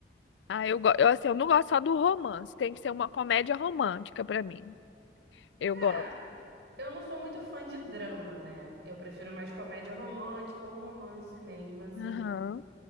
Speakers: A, on the left; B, on the right.
A: Ah, eu, go- eu, assim, eu não gosto só do romance, tem que ser uma comédia romântica pra mim. Eu
B: É,
A: gosto.
B: eu não sou muito fã de drama, né? Eu prefiro mais comédia romântica ou romance mesmo, assim.
A: Aham.